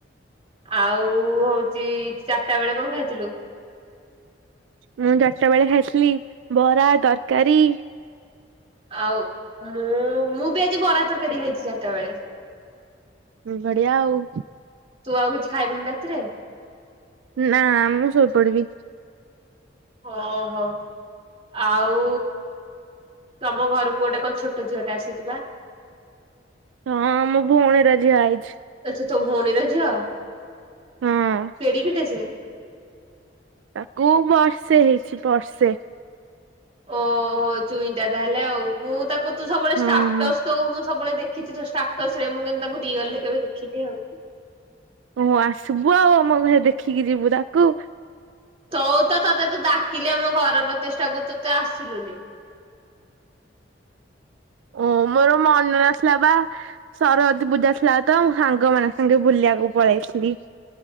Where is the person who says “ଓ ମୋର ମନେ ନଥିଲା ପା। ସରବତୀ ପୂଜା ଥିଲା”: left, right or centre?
Right